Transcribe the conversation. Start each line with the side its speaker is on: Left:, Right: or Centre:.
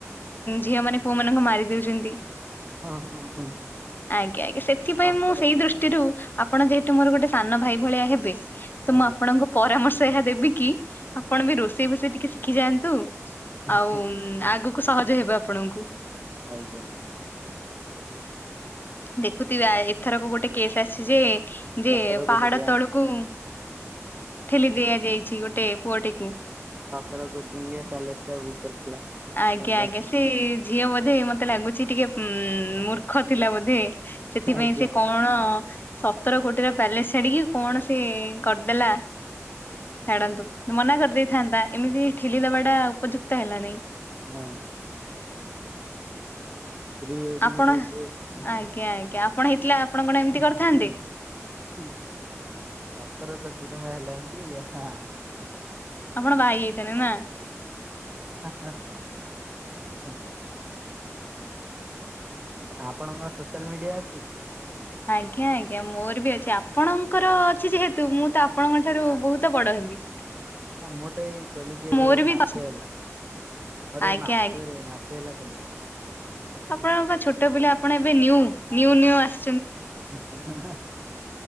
Left: ଝିଅ ମାନେ ପୁଅ ମାନଙ୍କୁ ମାରିଦଉଛନ୍ତି।
Right: ହଁ ହଁ ହଁ।
Left: ଆଜ୍ଞା ଆଜ୍ଞା ସେଥିପାଇଁ
Right: ସତର
Left: ମୁଁ ସେଇ ଦୃଷ୍ଟିରୁ ଆପଣ ଯେହେତୁ ମୋର ଗୋଟେ ସାନ ଭାଇ ଭଳିଆ ହେବେ। ତ
Right: ଆଜ୍ଞା
Left: ମୁଁ ଆପଣଙ୍କ ପରାମର୍ଶ ଏହା ଦେବି କି ଆପଣ ବି ରୋଷେଇ ଫୋଷେଇ ଟିକେ ଶିଖିଯାଆନ୍ତୁ।
Right: ଆଜ୍ଞା
Left: ଆଉ ଆଗକୁ ସହଜ ହେବ ଆପଣଙ୍କୁ।
Right: ଆଜ୍ଞା।
Left: ଦେଖୁଥିବେ ଏଥରକ ଗୋଟେ କେସ୍ ଆସିଛି ଯେ
Right: ସତର
Left: ଯେ
Right: କୋଟି
Left: ପାହାଡ
Right: ଟଙ୍କା
Left: ତଳକୁ ଠେଲି ଦିଆଯାଇଛି। ଗୋଟେ ପୁଅଟିକୁ
Right: ସ-ସ-ସତର କୋଟି ଟଙ୍କିଆ ପ୍ୟାଲେସ ଟା ବୁକ୍ କରିଥିଲା।
Left: ଆଜ୍ଞା
Right: ତା ପାଇଁ
Left: ଆଜ୍ଞା ସେ ଝିଅ ବୋଧେ ମତେ ଲାଗୁଛି ଟିକେ ଉମ ମୂର୍ଖ ଥିଲା ବୋଧେ? ସେଥିପାଇଁ
Right: ଆଜ୍ଞା।
Left: ସେ କଣ ସତର କୋଟିର ପ୍ୟାଲେସ ଛାଡିକି କଣ ସେ କରିଦେଲା। ଛାଡନ୍ତୁ ମନା କରିଦେଇଥାନ୍ତା ଏମିତି ଠେଲିଦେବା ଟା ଉପଯୁକ୍ତ ହେଲା ନାଇଁ।
Right: ହଁ। ପ୍ରିୱେଡ଼ିଂ
Left: ଆପଣ
Right: ସୁଟ ରେ।
Left: ଆଜ୍ଞା ଆଜ୍ଞା ଆପଣ ହେଇଥିଲେ ଆପଣ କଣ ଏମିତି କରିଥାନ୍ତେ?
Right: ସତର କୋଟି ଟଙ୍କା ହେଲାଣି ଟି ହାଁ।
Left: ଆପଣ ବାହା ହେଇଯାଇଥାନ୍ତେ ନା?
Right: ଆ ଆ କୁହନ୍ତୁ। ଆପଣଙ୍କର ସୋସିଆଲ ମିଡିଆ ଅଛି?
Left: ଆଜ୍ଞା ଆଜ୍ଞା ମୋର ବି ଅଛି ଆପଣଙ୍କର ଅଛି ଯେହେତୁ ମୁଁ ତ ଆପଣଙ୍କ ଠାରୁ ବହୁତ ବଡ ହେବି।
Right: ହଁ ମୁଁ ତ ଏଇ ଖୋଲିଛି ଏବେ
Left: ମୋର ବି
Right: ମାସେ
Left: ଅଛି
Right: ହେଲା। ମୋର
Left: ଆଜ୍ଞା
Right: ଏଇ ମାସେ ରେ ମାସେ ହେଲା ଖୋଲିଛି।
Left: ଆପଣଙ୍କ ବା ଛୋଟ ପିଲା ଆପଣ ଏବେ ନିଉ ନିଉ ଆସି
Right: ହା ହା।